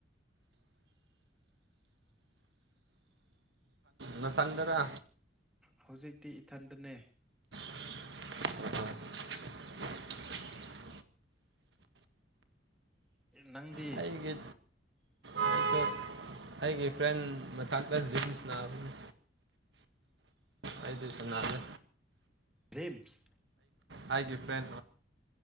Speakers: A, on the right (about 70°); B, in the centre.
A: ꯅꯊꯟꯗꯔꯥ
B: ꯍꯧꯖꯤꯛꯇꯤ ꯏꯊꯟꯗꯅꯦ
A: <inaudible>
B: ꯅꯪꯗꯤ
A: ꯑꯩꯒꯤ ꯑꯩꯁꯨ ꯑꯩꯒꯤ ꯐ꯭ꯔꯦꯟ ꯃꯊꯛꯇ ꯖꯤꯟꯁ ꯅꯥꯕꯅꯤ ꯑꯩꯗ ꯆꯅ꯭ꯔꯦ
B: ꯔꯤꯝꯁ
A: ꯑꯥꯏꯒꯤ ꯐꯦꯟ